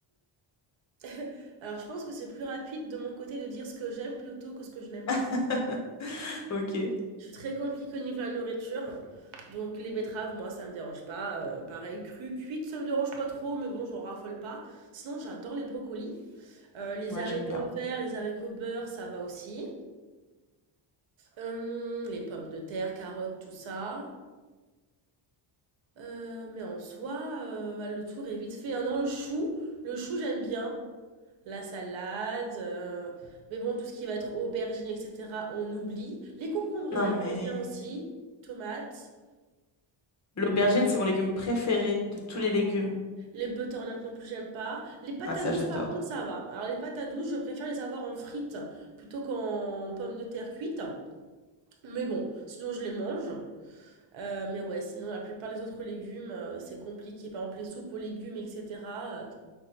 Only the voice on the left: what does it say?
<laughs> Ok,
moi
j'aime bien.
Non,
mais
l'aubergine, c'est mon légume préféré de tous
les légumes.
Ah, ça,
j'adore.